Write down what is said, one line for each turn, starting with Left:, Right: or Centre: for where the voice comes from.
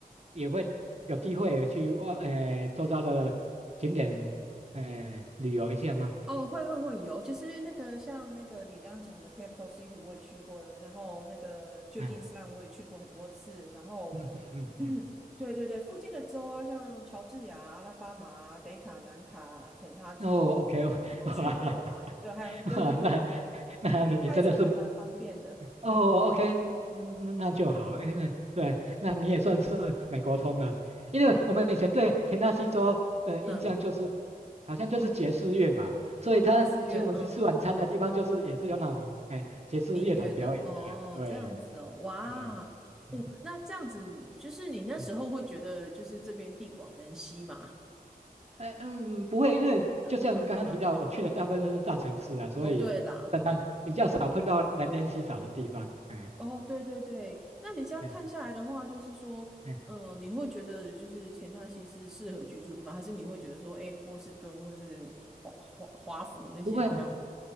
Right: 也会有机会去外哎周遭的景点哎旅游一下吗？
Centre: 哦，会会会有。其实那个像那个你刚刚讲的 Capital City 我也去过了，然后那个旧金山我也去过很多次，
Right: 哎
Centre: 然后，
Right: 嗯嗯嗯
Centre: <clears throat> 对对对，附近的州啊，像乔治亚、阿拉巴马、北卡、南卡、肯塔基，
Right: 嗯，哦，OK，
Centre: 其实都去过了啦。
Right: <laughs> 哇。
Centre: 对，还有对对对对对，
Right: 哇，那那你真的是
Centre: 因为开车还蛮方便的。
Right: 哦，OK，
Centre: 嗯
Right: 那那那就好，因为对，那你也算是美国通了，因为我们以前对田纳西州的印象就是
Centre: 嗯，
Right: 好像就是爵士乐嘛，所以他请我们去吃晚餐的地方就是也是有那种哎爵士乐团表演的啊对，
Centre: 爵士乐，嗯。音乐的哦，这样子哦，哇，
Right: 嗯。嗯
Centre: 哦，那这样子就是你那时候会觉得就是这边地广人稀嘛，
Right: 呃嗯，不会，因为就像刚刚提到，
Centre: <laughs>
Right: 我去的大部分都是大城市啊，所以基本上比较少碰到人烟稀少的地方。
Centre: 哦，对啦，
Right: 嗯
Centre: 哦，对对对，那你这样看下来的话，
Right: 嗯
Centre: 就是说，
Right: 嗯，
Centre: 呃，你会觉得就是田纳西是适合居住的地方，还是你会觉得说，哎，波士顿或是华华华府那些好像，
Right: 不会